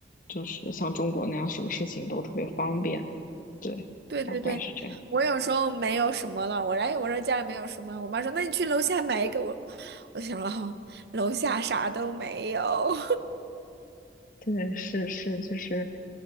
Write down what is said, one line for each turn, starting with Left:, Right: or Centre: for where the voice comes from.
Left: 就是像中国那样什么事情都特别方便。对，
Right: 对对对，
Left: 大概是这样。
Right: 我有时候没有什么了，我来我说家里没有什么，我妈说那你去楼下买一个我，我想哦，楼下啥都没有。
Left: 对，是是，就是